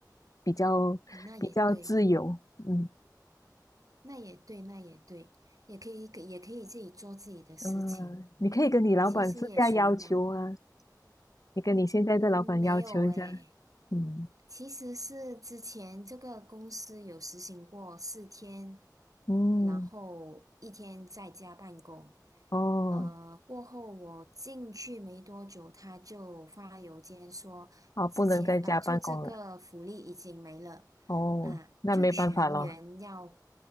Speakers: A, on the left; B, on the right.
A: 比较比较自由。
B: 啊，那也对，
A: 嗯
B: 那也对，那也对，也可以，也可以自己做自己的事情，
A: 嗯、呃你可以跟你老板私下要求啊，
B: 其实也属于忙。
A: 你跟你现在的老板要求一下。
B: 嗯，没有诶，
A: 嗯
B: 其实是之前这个公司有实行过四天，
A: 嗯
B: 然后一天在家办公。
A: 哦
B: 呃，过后我进去没多久，他就发邮件说，
A: 哦，不能在家办公了。
B: 之前呃，就这个福利已经没了
A: 哦，
B: 啊，
A: 那没办法咯。
B: 就全员要，